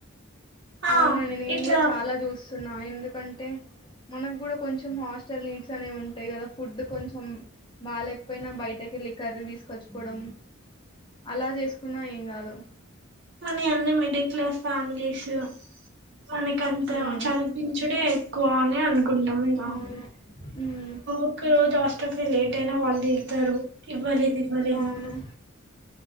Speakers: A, on the right; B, on the left.
A: ఆ,
B: అవునండి నేను
A: ఇట్లా
B: కూడా చాలా చూస్తున్నా ఎందుకంటే మనకు గుడ కొంచెం హాస్టల్ నీడ్స్ అనేవి ఉంటయి కదా, ఫుడ్ కొంచెం బాగాలేకపోయినా బయటక్ కి కెళ్ళి కర్రీ తీసుకొచ్చుకోవడం అలా చేసుకున్నా ఏం కాదు
A: కానీ అన్ని మిడిల్ క్లాస్ ఫ్యామిలీస్ మనకంత
B: హ్మ్.
A: చదిపించుడే ఎక్కువ అని అనుకుంటాం ఇగ
B: అవును. హ్మ్.
A: ఒక రోజు అస్ లేట్ అయినా వాళ్ళు తిడతారు ఇవ్వలేదు ఇవ్వలేదని
B: అవును.